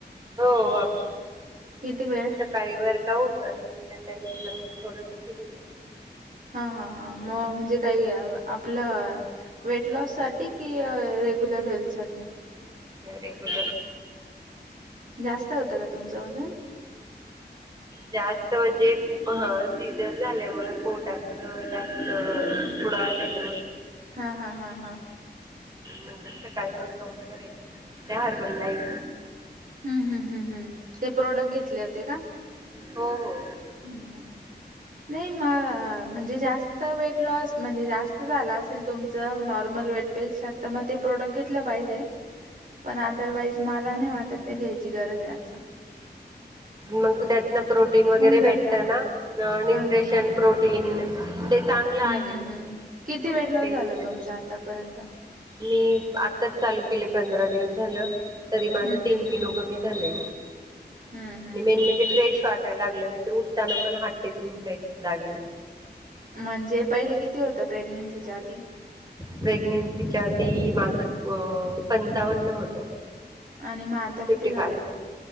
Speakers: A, on the right; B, on the right.
A: हो आप
B: किती वेळ
A: सकाळी वर काउठ आणि या टायमिंगला मग थोडस फिरून यायचं
B: हा हा हा म म्हणजे काही आपलं वेट लॉस साठी कि रेग्युलर हेल्थ साठी
A: रे गु
B: जास्त होतं का तुमचं वजन
A: जास्त म्हणजे सीझन झाल्यामुळे पोटाच जास्त पुढे आलेले
B: हा हा हा हा
A: नंतर सकाळी वर्कआउट त्या हरबल लाइफ
B: हम्म हम्म हम् हम् ते प्रोडक्ट घेतले होते का
A: हो हो
B: हम्म नाही म म्हणजे जास्त वेट लॉस म्हणजे जास्त झाला असेल तुमचं नॉर्मल वेट पेक्षा, ते प्रॉडक्ट घेतला पाहिजे पण अदरवाईज मला नाही वाटत. फक्त घ्यायची गरज आहे आता.
A: मग त्यातन प्रोटीन वगैरे
B: जात
A: भेटतं
B: हा
A: ना न्यूट्रिशन,
B: हा हा
A: प्रोटीन. चांगला
B: हम्म
A: आहे
B: हम्म
A: म्हणजे
B: हम्म किती वेट लॉस
A: टेस्ट
B: झाला
A: वगैरे
B: तुमचा आतापर्यंत
A: मी आताच चालू केले. पंधरा दिवस झालं तरी
B: हम्म
A: माझं तीन
B: हम्म हम्म
A: किलो कमी झालंय.
B: हम्म हम्म
A: आणि मेन म्हणजे फ्रेश वाटायला लागलं नाही तर उठताना पण हात टेकून उठायला लागेल
B: म्हणजे पहिले किती होतं प्रेग्नेन्सीच्या आधी.
A: प्रेग्नेन्सीच्या आधी माझ अ पंचावन होत,
B: आणि मग आता
A: फिफ्टी
B: किती झालंय
A: फाय